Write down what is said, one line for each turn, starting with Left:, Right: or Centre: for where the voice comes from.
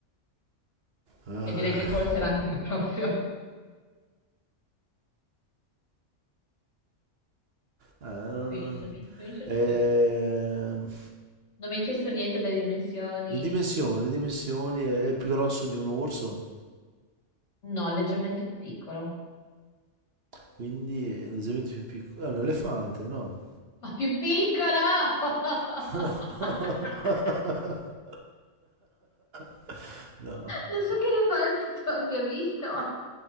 Right: Ah.
Left: e direi che quello si arrampica <laughs> proprio.
Right: Eh,
Left: Pensaci, pensaci,
Right: ehm,
Left: pensaci. Non mi hai chiesto niente delle dimensioni.
Right: le dimensioni, le dimensioni è, è più grosso di un orso,
Left: No, leggermente più piccolo.
Right: quindi è leggermente più piccolo. È un elefante, no?
Left: Ma più piccolo! <laughs>
Right: <laughs> No. <laughs> No.
Left: Non so che elefanti tu abbia visto, ma...